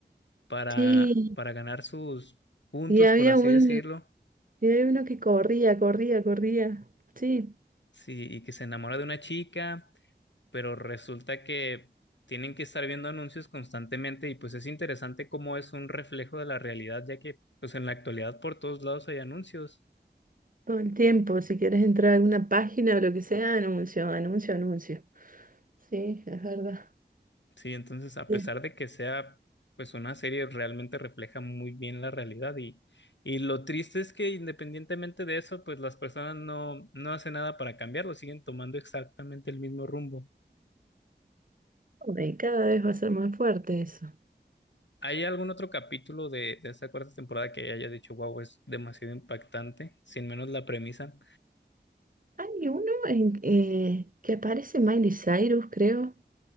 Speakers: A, on the left; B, on the right.
A: para,
B: Sí,
A: para ganar sus puntos,
B: y había
A: por así
B: un,
A: decirlo,
B: Yo había uno que corría, corría, corría. Sí,
A: sí, y que se enamora de una chica, pero resulta que tienen que estar viendo anuncios constantemente y pues es interesante cómo es un reflejo de la realidad, ya que pues en la actualidad por todos lados hay anuncios.
B: todo el tiempo. Si quieres entrar a alguna página o lo que sea, anuncio, anuncio, anuncio. Sí, es verdad.
A: Sí, entonces a
B: Sí.
A: pesar de que sea pues una serie realmente refleja muy bien la realidad y, y lo triste es que independientemente de eso pues las personas no, no hacen nada para cambiarlo, siguen tomando exactamente el mismo rumbo.
B: Y cada vez va a ser más fuerte eso.
A: ¿Hay algún otro capítulo de, de esta cuarta temporada que haya dicho, wow, es demasiado impactante? Sin menos la premisa.
B: Hay uno en, eh, que aparece Miley Cyrus, creo.